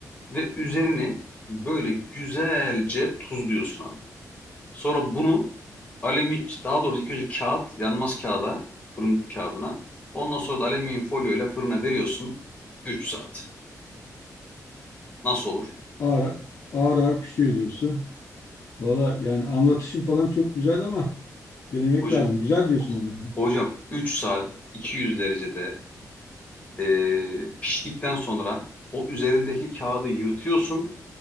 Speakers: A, on the left; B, on the left.
A: ve üzerini böyle güzelce tuzluyorsun abi. Sonra bunu alüminyum daha doğrusu ilk önce kağıt yanmaz kağıda fırın kağıdına. Ondan sonra da alüminyum folyoyla fırına veriyorsun 3 saat. Nasıl olur?
B: ağır, ağır ağır pişiyor diyorsun. Valla yani anlatışın falan çok güzel ama denemek
A: O,
B: lazım. Güzel diyorsun
A: Oh.
B: yani.
A: Hocam 3 saat 200 derecede e, piştikten sonra o üzerindeki kağıdı yırtıyorsun.